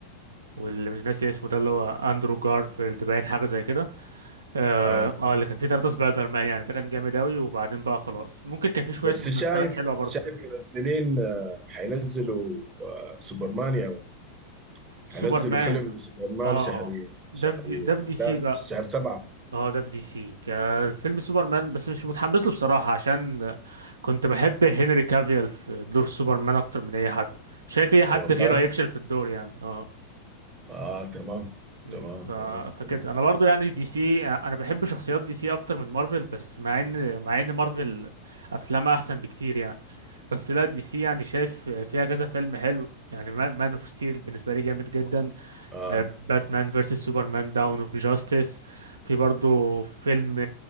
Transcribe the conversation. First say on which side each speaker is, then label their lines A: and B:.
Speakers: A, on the right; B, on the right.
A: واللي مش ناسي اسمه ده اللي هو اندرو جارفيلد باين حاجه زي كده اه
B: آه
A: آه، اللي كان فيه ثلاثه سبايدر مان يعني ده كان جامد اوي وبعدين بقى خلاص ممكن كان فيه شويه
B: بس
A: مسلسلات
B: شايف
A: حلوه برضه
B: شايف منزلين آه، حينزلوا آه، سوبرمان يا مان. حينزلوا
A: سوبر مان
B: فيلم لسوبرمان
A: اه
B: شهر
A: ده
B: شهر
A: في دي ده في دي
B: 11
A: سي بقى
B: شهر سبعة
A: اه ده في دي سي كان فيلم سوبرمان بس مش متحمس له بصراحة عشان كنت بحب هنري كافيل في دور سوبرمان اكتر من اي حد شايف اي حد
B: والله
A: غيره هيفشل في الدور يعني اه
B: اه تمام
A: مم.
B: تمام
A: ف...
B: تمام
A: فكده
B: تمام
A: انا برضو يعني دي سي انا بحب شخصيات دي سي اكتر من مارفل بس مع ان مع ان مارفل افلامها احسن بكتير يعني بس لا دي سي يعني شايف فيها كذا فيلم حلو يعني مان اوف ستيل بالنسبة لي جامد جدا
B: اه
A: باتمان فيرسس سوبرمان داون اوف جاستس في برضه فيلم